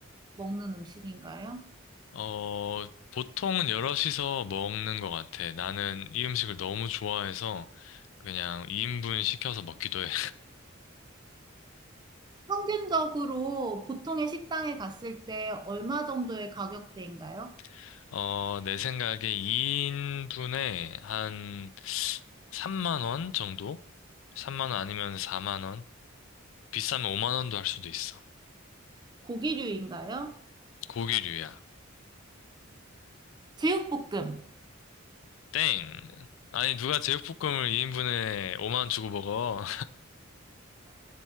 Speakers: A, on the right; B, on the left.
A: 먹는 음식인가요?
B: 어, 보통은 여럿이서 먹는 것 같아. 나는 이 음식을 너무 좋아해서 그냥 2인분 시켜서 먹기도 해.
A: 평균적으로 보통의 식당에 갔을 때 얼마 정도의 가격대인가요?
B: <laughs> 어, 내 생각에 2인분에 한 3만 원 정도? 3만 원 아니면 4만 원? 비싸면 5만 원도 할 수도 있어.
A: 고기류인가요?
B: 고기류야.
A: 제육볶음.
B: 땡. 아니, 누가 제육볶음을 2인분에 5만 원 주고 먹어?